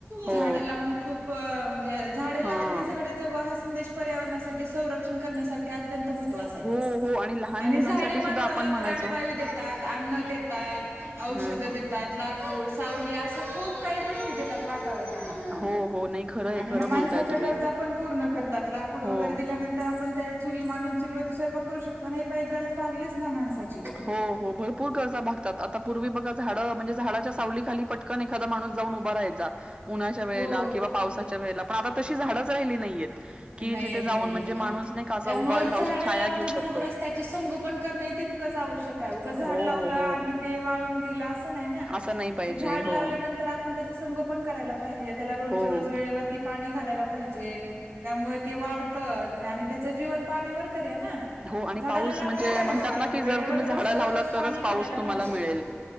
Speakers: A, on the right; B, on the right.
A: हो.
B: झाड लावण खूप म्हणजे झाड लावा
A: हां,
B: आणि जगवा हा संदेश पर्यावरणासाठी संरक्षण करण्यासाठी अत्यंत महत्वाच आहे
A: हो, हो लहान
B: आणि
A: मुलांसाठी
B: झाडे मानवाला
A: सुद्धा आपण
B: प्राणवायू
A: म्हणायचो.
B: देतात अन्न औषध
A: हं,
B: देतात लाकूड सावली असं खूप काही गोष्टी देतात वातावरणाला
A: हो, हो. नाही खरं आहे,
B: आणि
A: खरं
B: ह्या माणसाच्या
A: बोलताय तुम्ही.
B: गरजा पण पूर्ण करतात लाकूड वगैरे
A: हो.
B: दिल्यानंतर तर आपण त्या चुली मांडून चुलीवरती स्वयंपाक करू शकताना हे पण एक गरज भागलीच ना माणसाची
A: हो हो भरपूर भरपूर गरजा भागतात आता पूर्वी बघा झाडं म्हणजे झाडाच्या सावली खाली पटकन एखादा माणूस जाऊन उभा रहायचा. उन्हाच्या वेळेला
B: हो
A: किंवा पावसाच्या वेळेला पण आता तशी झाडच राहिली नाहीयेत. कि
B: नाही
A: जिथे
B: येत
A: जाऊन
B: राहिली
A: म्हणजे
B: हा
A: माणूस नाही का असा
B: त्यामुळे
A: उभा राहून
B: झाडं
A: छाया
B: लावण्याबरोबरच
A: घेऊ शकतो.
B: त्याचे संगोपन कर तितकंच आवश्यक आहे उगं झाड
A: हो,
B: लावलं आणि
A: हो.
B: ते वाळून गेलं.
A: असं नाही पाहिजे.
B: झाड
A: हो,
B: लावल्यांतर आपण त्याच संगोपन करायला पाहिजे त्या रोजच्या
A: हो,
B: रोज वेवर पाणी घालायला पाहिजे त्यामुळे ते वाढतं आणि त्याचं जीवन पाण्यावर तरी आहे ना.
A: हो आणि
B: झाडाला
A: पाऊस
B: लागतच
A: म्हणजे
B: काय दुसरं
A: म्हणतात ना की
B: वेळेवर
A: जर तुम्ही
B: रोज
A: झाडं लावलात
B: रोज
A: तरच
B: पाणी घालायला
A: पाऊस तुम्हाला
B: पाहिजे
A: मिळेल.